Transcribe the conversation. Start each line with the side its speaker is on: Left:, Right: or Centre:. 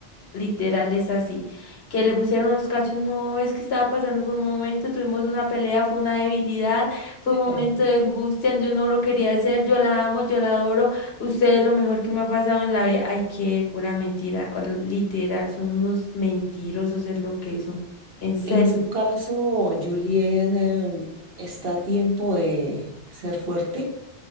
Left: Literal es así. Que le pusieron los cachos, no, es que estaba pasando por un momento, tuvimos una pelea, fue una debilidad, fue
Right: <laughs>
Left: un momento de angustia, yo no lo quería hacer, yo la amo, yo la adoro, usted es lo mejor que me ha pasado en la vida. Ay, qué pura mentira, o l- literal, son unos mentirosos, es lo que son, en serio.
Right: En su caso, Juliet, eh, está a tiempo de ser fuerte